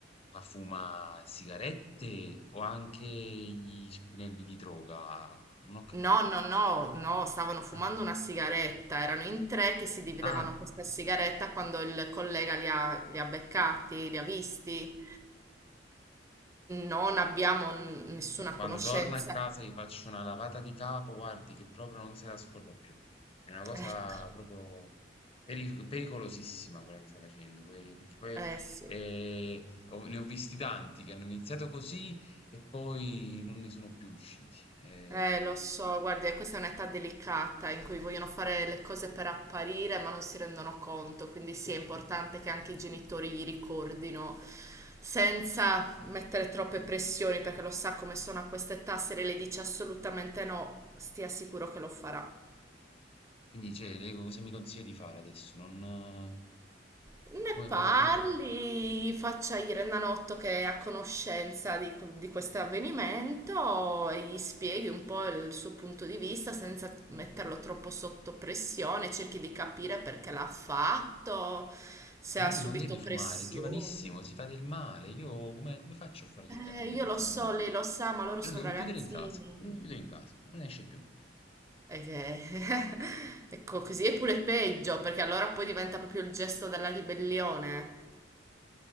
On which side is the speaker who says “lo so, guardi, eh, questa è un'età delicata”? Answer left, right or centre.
Right